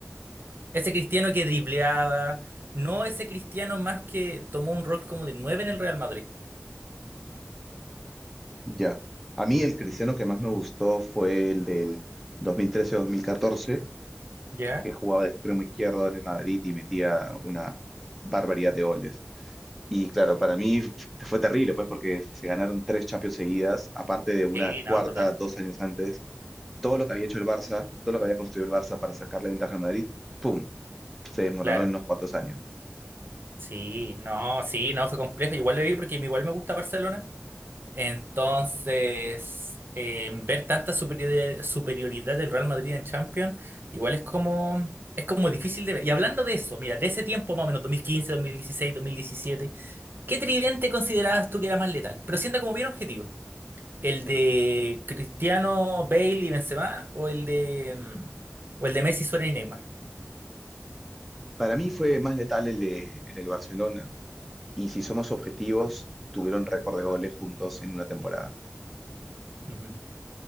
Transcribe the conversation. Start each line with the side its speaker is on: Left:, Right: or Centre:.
Right: Ese Cristiano que dribleaba, no ese Cristiano más que tomó un rol como de nueve en el Real Madrid.
Centre: Ya. A mí el cristiano que más me gustó fue el del 2013-2014,
Right: ¿Ya?
Centre: que jugaba de extremo izquierdo en el Madrid y metía una barbaridad de goles. Y claro, para mí f- fue terrible, pues, porque se ganaron tres Champions seguidas, aparte de una
Right: Sí, no,
Centre: cuarta
Right: brutal.
Centre: dos años antes. Todo lo que había hecho el Barça, todo lo que había construido el Barça para sacarle ventaja al Madrid, ¡pum! Se desmoronó
Right: Claro.
Centre: en unos cuantos años.
Right: Sí, no, sí, no, fue complejo. Igual lo vi porque igual me gusta Barcelona. Entonces, eh, ver tanta superiori- superioridad del Real Madrid en Champions, igual es como, es como difícil de ver. Y hablando de eso, mira, de ese tiempo más o menos, 2015, 2016, 2017. ¿Qué tridente considerabas tú que era más letal? Pero sienta como bien objetivo. ¿El de Cristiano, Bale y Benzema o el de mm, o el de Messi, Suárez y Neymar?
Centre: Para mí fue más letal el, de- el del Barcelona. Y si somos objetivos, tuvieron récord de goles juntos en una temporada.
Right: Ujú.